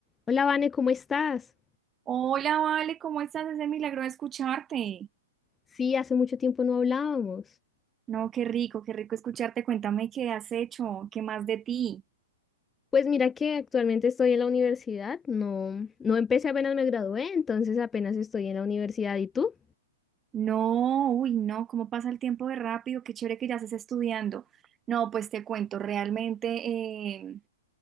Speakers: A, on the left; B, on the right.
A: Hola, Vane, ¿cómo estás?
B: Hola, Vale, ¿cómo estás? Es de milagro escucharte.
A: Sí, hace mucho tiempo no hablábamos.
B: No, qué rico, qué rico escucharte. Cuéntame qué has hecho, qué más de ti.
A: Pues mira que actualmente estoy en la universidad, no, no empecé apenas me gradué, entonces apenas estoy en la universidad. ¿Y tú?
B: No, uy, no, cómo pasa el tiempo de rápido, qué chévere que ya estés estudiando. No, pues te cuento, realmente, eh,